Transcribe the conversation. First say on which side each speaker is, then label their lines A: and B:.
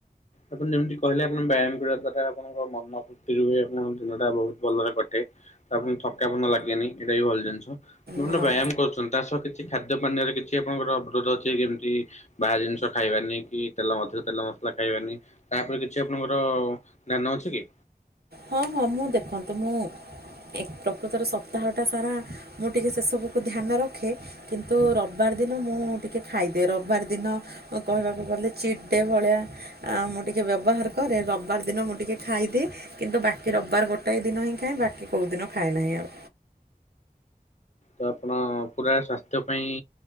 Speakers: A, on the left (about 45°); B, on the right (about 85°).
A: ଆପଣ ଯେମିତି କହିଲେ ଆପଣ ବ୍ୟାୟାମ କରିବା ଦ୍ଵାରା ଆପଣଙ୍କ ମନ ଫୁର୍ତ୍ତି ରୁ ହ ଆପଣଙ୍କ ଦିନଟା ବହୁତ ଭଲରେ କଟେ ତାପ ଥକାପନ ଲାଗେନି ଏଇଟା ବି ଭଲ ଜିନିଷେ
B: ହଁ
A: ବ୍ୟାୟାମ କରୁଛନ୍ତି। ତା ସହ କିଛି ଖାଦ୍ୟ ପାନୀୟ କିଛି ଆପଣଙ୍କର ଅବରୋଧ ଅଛି କେମିତି ବାହା ଜିନିଷ ଖାଇବାନି କି ତେଲ ଅଧିକ ତେଲ ମସଲା ଖାଇବାନି? ତାପରେ କିଛି ଆପଣଙ୍କର ଧ୍ୟାନ ଅଛି କି?
B: ହଁ ହଁ ମୁଁ ଦେଖନ୍ତୁ ମୁଁ ପ୍ରକୃତର ସପ୍ତାହଟା ସାରା ମୁଁ ଟିକେ ସେ ସବୁକୁ ଧ୍ୟାନ ରଖେ। କିନ୍ତୁ ରବିବାର ଦିନ ମୁଁ ଟିକେ ଖାଇଦିଏ। ରବିବାର ଦିନ କହିବାକୁ ଗଲେ ଚିଟ୍ଡେ ଭଳିଆ ମୁଁ ଟିକେ ଟିକେ ବ୍ୟବହାର କରେ ରବିବାର ଦିନ ମୁଁ ଟିକେ ଖାଇଦିଏ କିନ୍ତୁ ବାକି କି ରବିବାର ଗୋଟାଏ ଦିନ ହିଁ ଖାଏ ବାକି କୋଉଦିନ ଖାଏ ନାହିଁ ଆଉ।
A: ତ ଆପଣ ପୁରା ସ୍ଵାସ୍ଥ୍ୟ ପାଇଁ